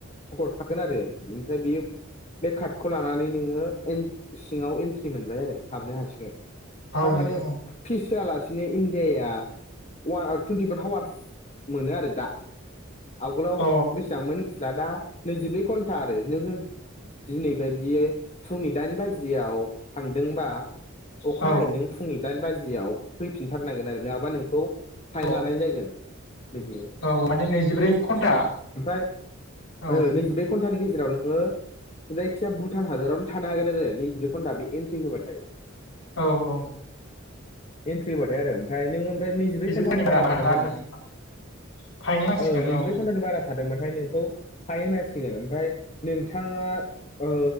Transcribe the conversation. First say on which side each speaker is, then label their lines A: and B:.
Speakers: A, on the left (about 35°); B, on the left (about 70°).
A: हरफागोन आरो ओमफ्राय बेयो बे कार्डखौ लानानै नोङो एन सिङाव एन्ट्रि मोनबाय आरो हाबनो हासिगोन।
B: औ
A: थारमाने
B: नोंथां औ
A: फिस होआलासिनो इण्डियाया वा टुन्टिफर हावार्स मोनो आरो दा आवगोलाव
B: अ
A: बेसेबांमोन निस्ला दा नैजिब्रै घन्टा आरो नोङो दिनै बायदियै फुंनि दाइन बाजियाव थांदोंबा अखानायै
B: औ
A: नों फुंनि दाइन बाजियाव फैफिनथारनांगोन आरो नोङाबा नोंखौ फाइन
B: अ
A: लानाय जागोन बिदि
B: औ माने नैजिब्रै घन्टा
A: ओमफ्राय
B: औ
A: ओ घन्टानि गेजेराव नोङो जायखिया भुटान हादरावनो थानो हागोन आरो नैजब्रै घन्टा बे एन्ट्रि होबाथाय
B: औ औ
A: एन्ट्रि होबाथाय आरो ओमफ्राय नोङो ओमफ्राय नैजिब्रै घन्थानि
B: घन्टानि
A: बारा
B: हाबनो
A: थादोंबा
B: हाला आरोना
A: नों
B: नोंथां फायनो नांसिगोन
A: ओ नैजिब्रै
B: औ
A: घन्टानि बारा थादोंबाथाय नोंखौ फाइ होनांसिगोन ओमफ्राय नोंथाङा ओ